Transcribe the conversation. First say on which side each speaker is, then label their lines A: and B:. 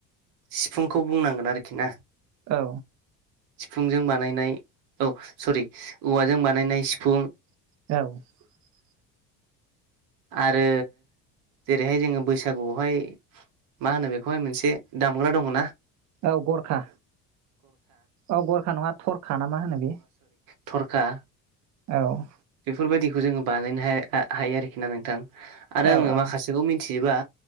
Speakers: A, on the right (about 65°); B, on the right (about 50°).
A: सिफुंखौ बुंनांगोन आरोखि ना
B: औ
A: सिफुंजों बानायनाय औ सरि औवाजों बानायनाय सिफुं
B: <unintelligible>
A: आरो जेरैहाय जोंङो बैसागुयावहाय मा होनो बेखौहाय मोनसे दामग्रा दंङना
B: <unintelligible> औ गरखा औ गरखा नंङा थरखा ना मा होनो बे
A: थरका
B: औ
A: बेफोरबायदिखौ जोंङो बानायनो हा हायो आरोखि ना नोंथां आरो
B: औ
A: आंङो
B: औ
A: माखासेखौ मि थियोबा